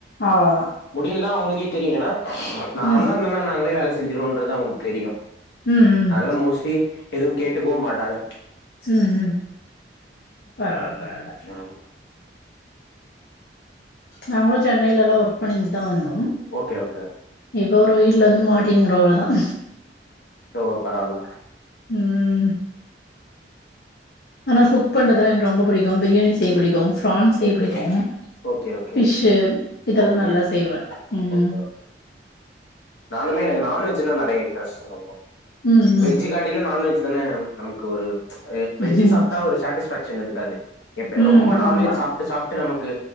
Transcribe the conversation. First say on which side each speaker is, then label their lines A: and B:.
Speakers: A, on the left; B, on the left.
A: அவ்ளதா
B: முடியலனா அவளுக்கு இங்கே தெரியன நார்மலா
A: ம்
B: இருந்தன்னா நாங்களே அழச் செஞ்சிருவோன்றது அவங்களுக்கு தெரியும்
A: ம் ம்
B: அதனால மோஸ்டி எதுவும் கேட்டுக்கவும் மாட்டாங்க
A: உம் உம் பரவால்ல பரவால்ல
B: ஆஹ்
A: நாங்களும் சென்னையில எல்லாம் ஒர்க் பண்ணிட்டுதான் வந்தோம்
B: ஓகே ஓகே
A: இப்ப ஒரு வீட்டுல இருந்து மாடி ங்கர அவ்ளவுதான்
B: ஓ பரவால்ல
A: உம் ஆனா குக் பண்றதுல்லா எனக்கு ரொம்ப பிடிக்கும் பிரியாணி செய்ய பிடிக்கும் பிரான் செய்ய
B: ஓகே
A: பிடிக்கும்
B: ஓகே ஓகே ஓகே
A: ஃபிஷ் இதெல்லாம்
B: ஓகே
A: நல்லா செய்வேன் உம்
B: ஓகே ஓகே நானுமே எனக்கு நான்வெஜ்ன்னா நிறைய இன்ட்ரெஸ்ட் ரொம்ப
A: ம்
B: வெஜ்
A: ம்
B: காடிளும் நான்வெஜ் தானே நமக்கு ஒரு வெஜ்
A: ம்
B: சாப்டா ஒரு சாட்டிஸ்ஃபேக்ஷன் இருக்காது எப்ப
A: ம்
B: ரொம்ப நான்வெஜ்
A: ஆமா
B: சாப்டு சாப்டு நமக்கு